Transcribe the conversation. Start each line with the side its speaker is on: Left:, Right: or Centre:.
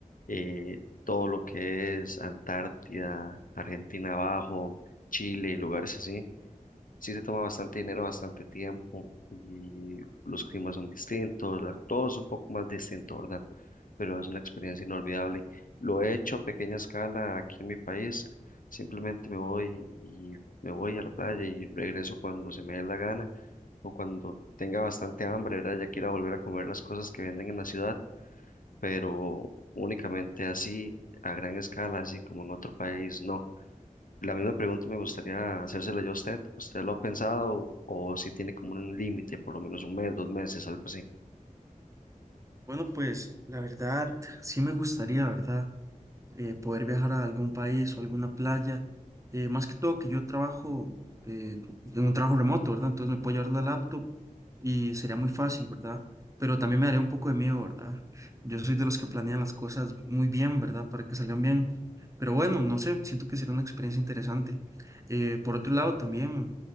Left: eh, todo lo que es Antártida, Argentina abajo, Chile y lugares así. sí se toma bastante dinero, bastante tiempo y los climas son distintos, la- todo es un poco más distinto, ¿verdad? Pero es una experiencia inolvidable. Lo he hecho a pequeña escala aquí en mi país, simplemente me voy y me voy a la playa y regreso cuando se me dé la gana o cuando tenga bastante hambre, ¿verdad? Ya quiera volver a comer las cosas que venden en la ciudad, pero únicamente así, a gran escala, así como en otro país, no. La misma pregunta me gustaría hacérsela yo a usted. ¿Usted lo ha pensado o si tiene como un límite, por lo menos un mes, dos meses, algo así?
Right: Bueno, pues la verdad, sí me gustaría, ¿verdad? eh, poder viajar a algún país o alguna playa. Eh, más que todo que yo trabajo eh, en un trabajo remoto, ¿verdad? Entonces me puedo llevar la laptop y sería muy fácil, ¿verdad? Pero también me daría un poco de miedo, ¿verdad? Yo soy de los que planean las cosas muy bien, ¿verdad? Para que salgan bien. Pero bueno, no sé, siento que será una experiencia interesante. Eh, por otro lado, también